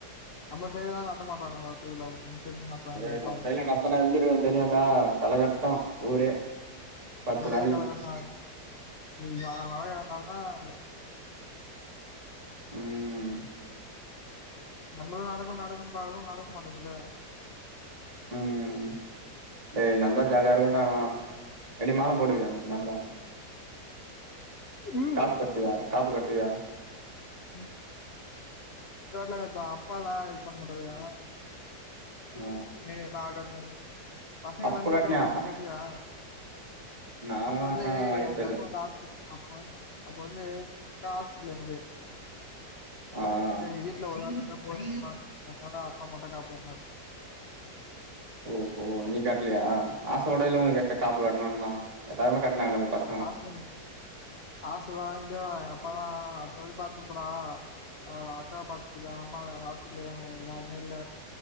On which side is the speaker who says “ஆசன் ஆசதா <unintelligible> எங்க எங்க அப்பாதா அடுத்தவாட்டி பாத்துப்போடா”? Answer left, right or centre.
Left